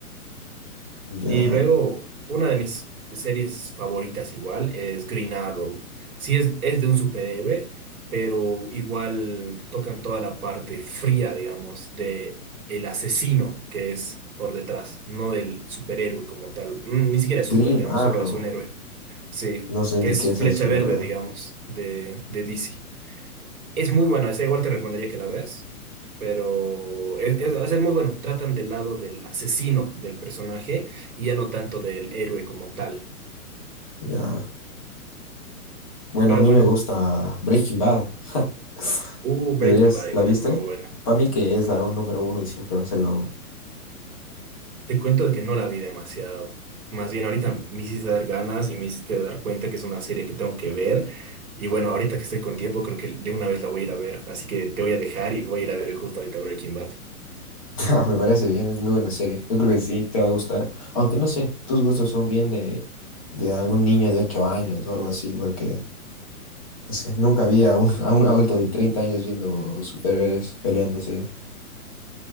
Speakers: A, on the left; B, on the right.
A: Ya.
B: Y luego, una de mis series favoritas igual es Green Arrow. Sí, es, es de un superhéroe, pero igual tocan toda la parte fría, digamos, de el asesino que es por detrás, no del superhéroe como tal. Mm, Ni siquiera es super,
A: Green
B: digamos,
A: Arrow,
B: solo es un héroe. Sí,
A: no sé
B: que
A: ni
B: es
A: qué es
B: Flecha
A: eso,
B: Verde,
A: la verdad.
B: digamos, de, de DC. Es muy buena, esa igual te recomendaría que la veas, pero es, es- o sea, es muy bueno. Tratan del lado del asesino del personaje y ya no tanto del héroe como tal.
A: Ya. Bueno,
B: Pero
A: a mí
B: bueno,
A: me gusta Breaking Bad. <laughs>
B: uh, Breaking
A: Deberías,
B: Bad igual
A: ¿la viste?
B: es una muy buena.
A: Para mí que es la número uno y siempre va a ser la uno.
B: Te cuento de que no la vi demasiado. Más bien ahorita me hiciste dar ganas y me hiciste dar cuenta que es una serie que tengo que ver. Y bueno, ahorita que estoy con tiempo, creo que de una vez la voy a ir a ver. Así que te voy a dejar y voy a ir a ver justo ahorita Breaking Bad.
A: <laughs> Me parece bien, es muy buena serie. Yo creo que sí te va a gustar. Aunque no sé, tus gustos son bien de, de algún niño de 8 años o algo así, porque no sé, nunca vi a un, <laughs> a un adulto de 30 años viendo superhéroes peleándose.